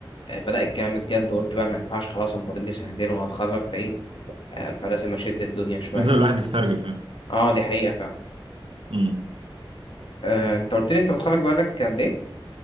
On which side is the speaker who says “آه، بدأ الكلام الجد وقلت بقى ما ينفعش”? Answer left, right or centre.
Left